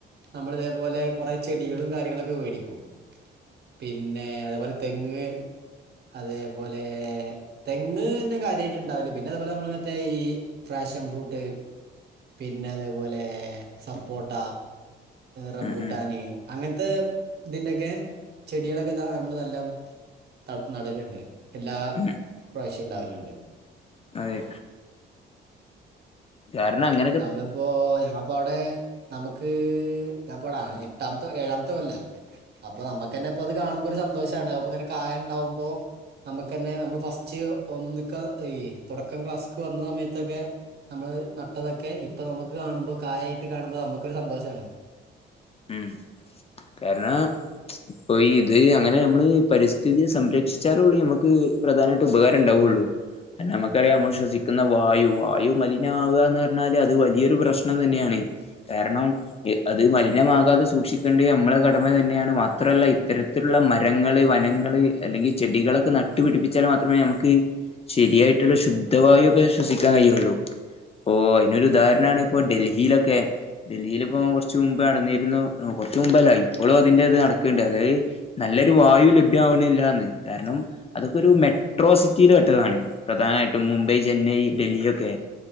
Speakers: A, on the right; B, on the left.
A: നമ്മള് ഇതേപോലെ കോറെ ചെടികളും കാര്യങ്ങളൊക്കെ വേടിക്കും പിന്നെ അതേപോലെ തെങ്ങ് അതേപോലെ തെങ്ങ് തന്നെ കാര്യയിട്ട് ണ്ടാവല് പിന്നെ അതേപോലെ നമ്മള് ക്കെ ഈ ഫ്രഷൻ ഫ്രൂട്ട് പിന്നെ അതേപോലെ സപ്പോട്ട റമ്പുട്ടാന്
B: ഉം ഉം
A: അങ്ങനത്തെ ഇതിന്റെക്കെ ചെടികളൊക്കെ ത നമ്മൾ നല്ലാം നടല്ണ്ട് എല്ലാ
B: ഉം
A: പ്രാവശ്യം ഇണ്ടാവലുണ്ട്
B: അതെ കാരണം അങ്ങനെ
A: നമ്മളിപ്പോ ഞാനിപ്പ അവിടെ നമക്ക് ഞാനിപ്പളാ എട്ടാമത്തെ ഏഴാമത്ത കൊല്ല അപ്പൊ നമ്മക്ക് ന്നെ ഇപ്പ അത് കാണുമ്പോ ഒരു സന്തോഷാണ് അത് ഇപ്പ ഇങ്ങനെ കായ ഇണ്ടാകുമ്പൊ നമക്കന്നെ നമ്മൾ ഫസ്റ്റ് ഒന്നിക്ക <unintelligible> തുടക്കം ക്ലാസ് വന്ന സമയത്തൊക്കെ നമ്മള് നട്ടതൊക്കെ ഇപ്പൊ നമക്ക് കാണുമ്പോ കായായിട്ട് കാണുമ്പോ നമുക്കൊരു സന്തോഷാണ്
B: ഉം കാരണം ഇപ്പൊ ഈ ഇത് അങ്ങനെ നമ്മള് പരിസ്ഥിതിയെ സംരക്ഷിച്ചാലേ ഉള്ളൂ നമക്ക് പ്രധാനയിട്ട് ഉപകാരം ഉണ്ടാവുള്ളു അയിന് നമ്മക്ക് അറിയ നമ്മള്
A: അതെ
B: ശ്വസി ക്കുന്ന വായു വായു മലിനാവുക എന്ന് പറഞ്ഞാല് അത് വലിയൊരു പ്രശ്നം തന്നെയാണ് കാരണം അത് മലിനമാകാതെ സൂക്ഷിക്കണ്ടേ നമ്മളെ കടമ തന്നെയാണ് മാത്രല്ല ഇത്തരത്തിലുള്ള മരങ്ങള് വനങ്ങള് അല്ലെങ്കി ചെടികളൊക്കെ നട് ട്ടുപിടിപ്പിച്ചാൽ മാത്രമേ നമക്ക് ശരിയായിട്ടുള്ള ശുദ്ധവായു ഒക്കെ ശ്വസിക്കാൻ കഴിയുള്ളൂ ഓഹ് അയ്നൊരുദാഹരണാണ് ഇപ്പൊ ഡൽഹിയിലൊക്കെ ഡൽഹിയില്പ്പം കൊർച്ച് മുമ്പ് നടന്നിരുന്നു കൊർച്ച മുമ്പല്ല ഇപ്പളും അതിന്റെ ത് നട്ക്ക്ണ്ട് അതായത് നല്ലൊരു വായു ലഭ്യാവ്ണില്ലാന്ന് കാരണം അതൊക്കെ ഒരു മെട്രോസിറ്റില് പെട്ടതാണ് പ്രധാനായിട്ടും മുംബൈ ചെന്നൈ ഡൽഹി ഒക്കെ